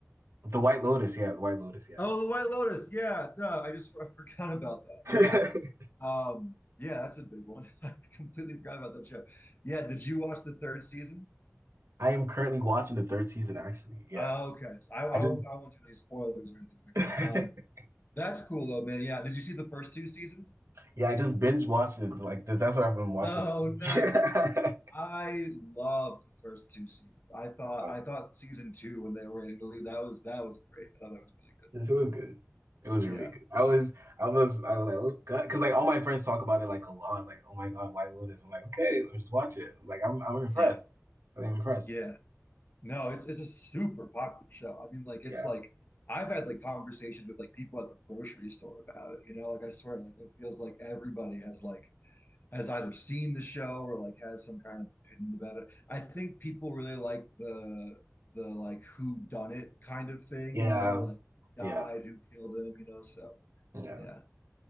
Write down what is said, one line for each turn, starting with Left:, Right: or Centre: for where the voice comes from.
Right: The White Lotus. Yeah, The White Lotus. Yeah.
Left: Oh, The White Lotus. Yeah, duh. I just <laughs> I forgot about that.
Right: <laughs>
Left: Yeah. Um, yeah, that's a big one. <laughs> I completely forgot about that show. Yeah, did you watch the third season?
Right: I am currently watching the third season, actually. Yeah.
Left: Oh, okay. So I, I
Right: I just,
Left: won't I won't do any spoilers or anything like
Right: <laughs>
Left: that. Um, That's cool though, man. Yeah. Did you see the first two seasons?
Right: yeah, I just binge watched it. Like, this, that's what I've been watching
Left: Oh,
Right: this week.
Left: nice.
Right: <laughs>
Left: I loved the first two seasons. I thought
Right: Uh,
Left: I thought season two when they were in Italy, that was that was great. I thought that was really good.
Right: Since it was good. It was
Left: Yeah.
Right: really good. I was, I was, I was like, oh god, because like all my friends talk about it like a lot. Like, oh my god, White Lotus. I'm like, okay, let me just watch it. Like, I'm, I'm impressed.
Left: Yeah.
Right: I'm impressed.
Left: Yeah. No, it's it's a super popular show. I mean, like it's
Right: Yeah,
Left: like I've had like conversations with like people at the grocery store about it, you know, like I swear, like it feels like everybody has like has either seen the show or like has some kind of opinion about it. I think people really like the the like who done it kind of thing,
Right: yeah,
Left: you know, like died,
Right: yeah,
Left: who killed him, you know. So
Right: yeah.
Left: yeah.